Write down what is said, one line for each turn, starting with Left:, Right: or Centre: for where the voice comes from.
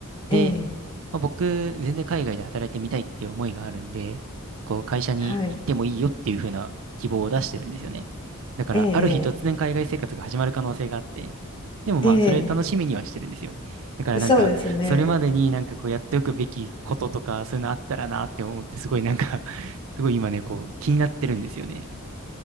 Right: で、
Left: ええ。
Right: まあ僕、全然海外で働いてみたいっていう思いがあるんで、こう、会社に行ってもいいよっていう風な希望を出してるんですよね。
Left: はい。
Right: だから、
Left: え
Right: ある日突然海外生活が始まる可能性があって、
Left: え、
Right: でもまあ、
Left: ええ、
Right: それ楽しみにはしてるんですよ。
Left: え
Right: だからなんか、
Left: えそうですね。
Right: それまでになんかこうやっておくべきこととか、そういうのあったらなって思って、すごいなんか <laughs> すごい今ね、こう、気になってるんですよね。